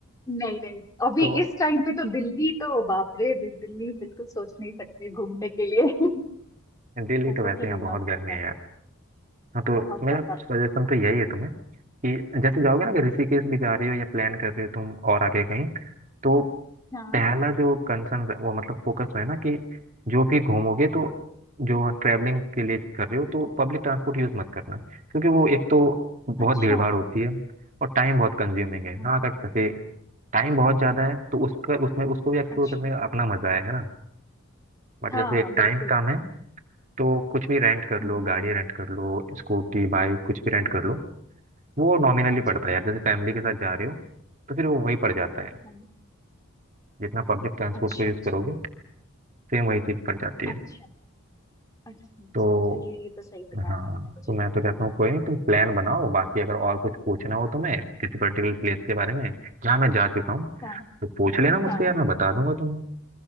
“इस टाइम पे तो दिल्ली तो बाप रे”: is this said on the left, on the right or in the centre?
Left